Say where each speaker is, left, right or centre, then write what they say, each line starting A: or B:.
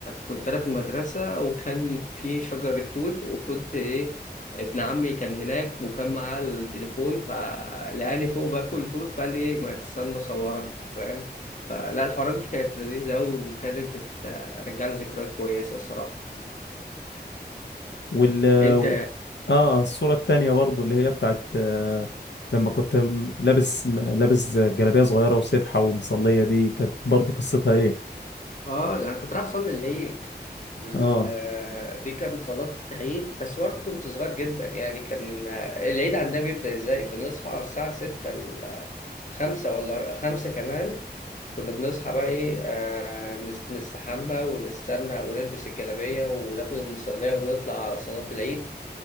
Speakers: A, on the left; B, on the left.
A: كنت انا في المدرسه وكان في شجره توت وكنت ايه ابن عمي كان هناك وكان معاه التليفون فلقاني فوق باكل توت فقال لي إيه، ما تستنى صورك فاهم فلا الحوارات دي كانت لذيذه قوي وكانت بترجع لي ذكريات كويسه الصراحه
B: وال
A: انت
B: اه الصورة التانية برضو اللي هي بتاعت آه، لما كنت م- لابس م- لابس جلابية صغيرة وسبحة ومصلية دي كانت برضو قصتها ايه
A: اه ده انا كنت رايح اصلي العيد ال-
B: اه
A: دي كانت صلاة عيد بس برضه كنت صغير جدا يعني كان العيد عندنا بيبدأ ازاي؟ بنصحى على الساعة ستة ال- خمسة ولا خمسة كمان كنا بنصحى بقى ايه آه نس- نستحمى ونستنى ونلبس الجلابية وناخد المصلية ونطلع على صلاة العيد